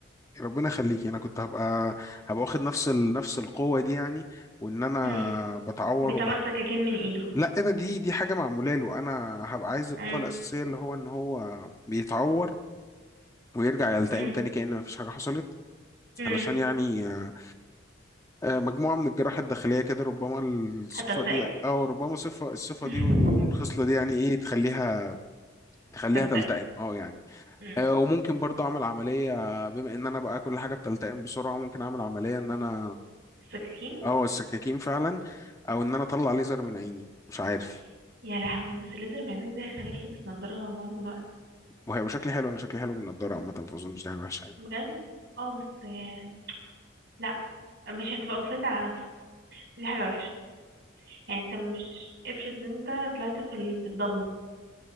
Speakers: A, on the left (about 15°); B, on the right (about 60°).
A: ربنا يخليكي انا كنت هبقى هبقى واخد نفس ال... نفس القوة دي يعني وان انا
B: امم
A: بتعور
B: بيطلع
A: وما
B: سكاكين من ايده
A: لا ايه ده دي دي حاجة معمولة له انا هبقى عايز القوة
B: امم
A: الأساسية اللي هو ان هو بيتعور ويرجع يلتئم
B: امم
A: تاني كأن مفيش حاجة حصلت
B: امم
A: علشان يعني آه، آه، مجموعة من الجراحة الداخلية كده ربما الصفة
B: هتلتقن
A: دي أو ربما صفة الصفة
B: <laughs>
A: دي وال- والخصلة دي يعني إيه تخليها تخليها
B: تلتقن
A: تلتئم أه يعني
B: امم
A: آه، وممكن برضه أعمل عملية بما إن أنا بقى كل حاجة بتلتئم بسرعة ممكن أعمل عملية إن أنا
B: السكاكين
A: أه السكاكين فعلا أو إن أنا أطلع ليزر من عيني مش عارف
B: <laughs> يا لهوي بس الليزر معمك ده هيخليك لابس نضارة معظم الوقت
A: وهيبقى شكلي حلو أنا شكلي حلو بالنضارة عامة فأظنش دي حاجة وحشة يعني.
B: بجد اه بس آه، لا مش هتبقى مسيطر على نفسك دي حاجة وحشة يعني انت مش افرض ان انت طلعت في ال- في الضلمة